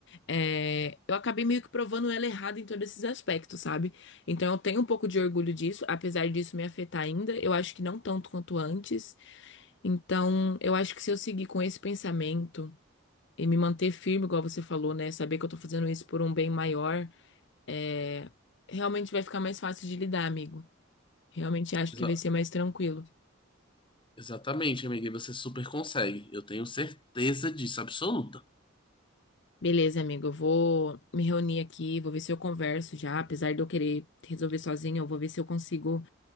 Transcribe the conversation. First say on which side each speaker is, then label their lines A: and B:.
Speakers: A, on the left; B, on the left.
A: É, eu acabei meio que provando ela errada em todos esses aspectos, sabe? Então eu tenho um pouco de orgulho disso, apesar disso me afetar ainda, eu acho que não tanto quanto antes. Então eu acho que se eu seguir com esse pensamento e me manter firme, igual você falou, né? Saber que eu tô fazendo isso por um bem maior, é, realmente vai ficar mais fácil de lidar, amigo. Realmente acho
B: Exa-
A: que vai ser mais tranquilo.
B: exatamente, amiga, e você super consegue. Eu tenho certeza disso, absoluta.
A: Beleza, amigo, eu vou me reunir aqui, vou ver se eu converso já, apesar de eu querer resolver sozinha, eu vou ver se eu consigo.